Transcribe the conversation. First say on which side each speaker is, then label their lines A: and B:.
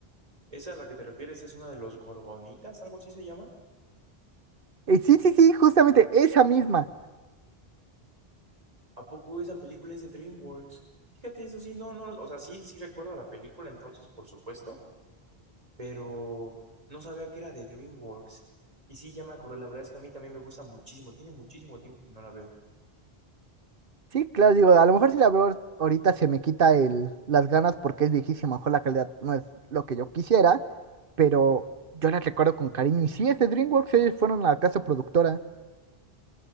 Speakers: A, on the right; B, on the right.
A: ¿Esa a la que te refieres es una de los Gorgonitas, algo así se llama?
B: Eh, sí, sí, sí, justamente esa misma.
A: ¿A poco esa película es de DreamWorks? Fíjate, eso sí, no, no, o sea, sí, sí recuerdo la película entonces, por supuesto, pero no sabía que era de DreamWorks. Y sí, ya me acordé, la verdad es que a mí también me gusta muchísimo, tiene muchísimo tiempo que no la veo.
B: Sí, claro, digo, a lo mejor si la veo ahorita se me quita el, las ganas porque es viejísima, a lo mejor la calidad no es lo que yo quisiera, pero yo la recuerdo con cariño. Y sí, es de DreamWorks, ellos fueron la casa productora.